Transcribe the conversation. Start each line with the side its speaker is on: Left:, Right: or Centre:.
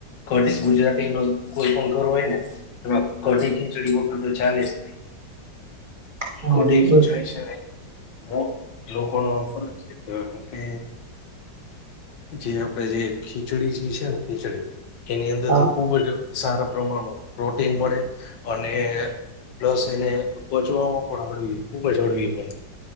Left: કઢી ગુજરાતી નો કોઈ પણ ઘર હોય ને એમાં કઢી ખીચડી વગર તો ચાલે જ નહી
Right: હા
Left: કોટી
Right: બિલકુલ
Left: ખીચડી
Right: સાચી
Left: છે ને મો લોકો ન આમ ફરજીયાત એમ કે જે આપડે જે ખીચડી જે છે ને ખીચડી એની અંદર
Right: હા
Left: થી ખુબ જ સારા પ્રમાણમાં પ્રોટીન મળે અને પ્લસ એને પચવામાં પણ હડવી ખુબ જ હળવી પણને